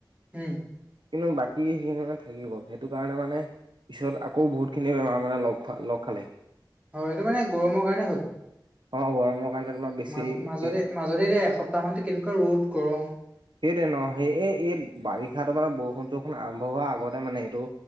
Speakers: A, on the right; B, on the right.
A: উম!
B: কিন্তু, বাকী সেইখিনি মানে, থাকি গ'ল। সেইটো কাৰণে, মানে পিছত আকৌ, বহুতখিনি বেমাৰ মানে, লগ খোৱা, লগ খালেহি।
A: হয়, এইটো মানে, গৰমৰ কাৰণেই হ'ল।
B: অ'! গৰমৰ। কাৰণে তোমাৰ বেছি
A: মাজ, মাজতে- মাজতে, দে এসপ্তাহমানতো, কেনেকুৱা ৰ'দ, গৰম।
B: সেইটোৱে ন'! সেই, এই এই বাৰিষাটো মানে, বৰষুণ-চৰষুণ আৰম্ভ হোৱাৰ আগতে মানে, এইটো।